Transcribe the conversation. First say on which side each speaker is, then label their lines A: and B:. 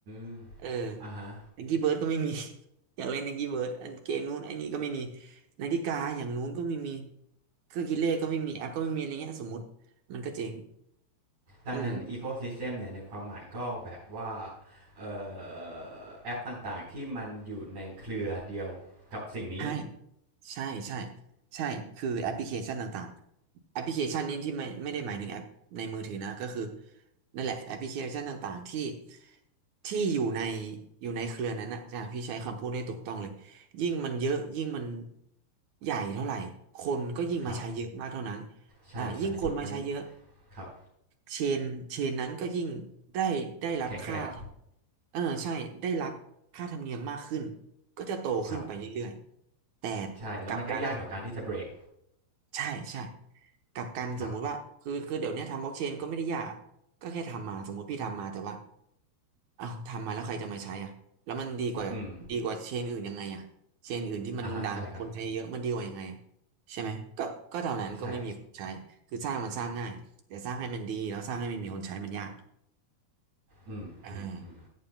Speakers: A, on the right; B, on the right.
A: ม
B: เออ
A: อ่ะฮะ
B: แองกี้เบิร์ดก็ไม่มี อยากเล่นนิกกี้เบิร์ดอันเกมนู้นไอ้นี่ก็ไม่มีนาฬิกาอย่างนู้นก็ไม่มีเครื่องคิดเลขก็ไม่มีแอปก็ไม่มีอะไรเงี้ยสมมติมันก็เจ๊ง
A: ดังนั้น
B: อืม
A: Ecosystem เนี่ยในความหมายก็แบบว่าเออแอปต่างๆที่มันอยู่ในเครือเดียวกับสิ่งนี้
B: ใช่ใช่ใช่ใช่คือแอปพลิเคชันต่างๆแอปพลิเคชันนี้ที่ไม่ไม่ได้หมายถึงแอปในมือถือนะก็คือนั่นแหละแอปพลิเคชันต่างๆที่ที่อยู่ในอยู่ในเครือนั้นนะจ้ะพี่ใช้คำพูดได้ถูกต้องเลยยิ่งมันเยอะยิ่งมันใหญ่เท่าไหร่คนก็ยิ่งมาใช้เยอะมากเท่านั้น
A: ครับใช่ใช่ถูกนั้น
B: อ่ะยิ่งคนมาใช้เยอะ
A: ครับ
B: เชนเชนนั้นก็ยิ่งได้ได้รับค่าครับ
A: แข็งแกร่ง
B: เออใช่ได้รับค่าธรรมเนียมมากขึ้นก็จะโตขึ้นไปเรื่อยๆแต่
A: ครับใช่แล้วมันก็ยากต่อการที่จะเบรก
B: กลับกันใช่ใช่กลับกันสมมุติว่าคือคือเดี๋ยวเนี้ยทำบล็อกเชนก็ไม่ได้ยากอะก็แค่ทำมาสมมุติพี่ทำมาแต่ว่า
A: ครับ
B: เอ้าทำมาแล้วใครจะมาใช้อ่ะแล้วมันดีกว่าดีกว่าเชนอื่นยังไงอ่ะเชนอื่นที่มันดังๆคนใช้เยอะมันดีกว่ายังไงอ่ะ
A: อืมอ่าฮะใช่ครับ
B: ใช่ไหมก็ก็เท่านั้นก็ไม่มีคนใช้คือสร้างมันสร้างง่ายแต่สร้างให้มันดีแล้วสร้างให้มันมีคนใช้มันยาก
A: ใช่อืมอืมอืม
B: อ่า